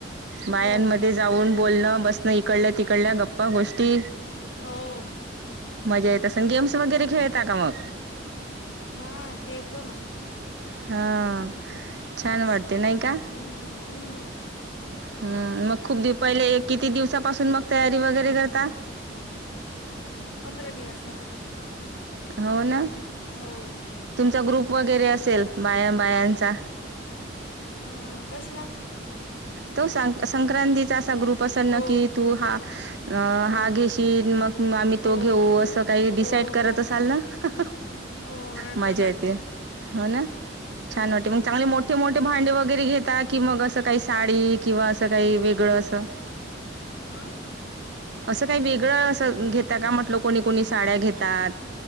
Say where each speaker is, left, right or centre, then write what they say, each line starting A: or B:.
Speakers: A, on the right (about 60°); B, on the left (about 75°).
A: बायामध्ये
B: हो
A: जाऊन बोलणं बसणं इकडल्या तिकडल्या गप्पा गोष्टी
B: हो
A: मजा येत असेल गेम्स वगैरे खेळतात का मग?
B: हा खेळतो ना?
A: हां छान
B: असं
A: वाटते नाही का?
B: हम्म हम् -
A: हम् मग खूप दिपावली पहिले एक किती दिवसापासून मग तयारी वगैरे करता?
B: पंधरा दिवस अगोदर
A: हो नां
B: हो
A: तुमचा ग्रुप वगैरे असेल बाया बायांचा
B: हं कसला?
A: तो सांग संक्रांतीचा असा ग्रुप असेल ना
B: हो
A: की तू हा अ
B: हो हो
A: हा घेशील मग आम्ही
B: हो
A: तो
B: हो
A: घेऊ असं काही
B: हो हो
A: डिसाईड करत
B: हो
A: असालं ना.
B: हो राहतो
A: मजा
B: ना
A: येते. हो ना छान
B: हो
A: वाटे ऋमग चांगले मोठे मोठे भांडे वगैरे घेता कि मग असं काही साडी किंवा असं काही वेगळं असं.
B: हां
A: असं काही वेगळं असं घेत का म्हटलं कोणी कोणी साड्या घेतात.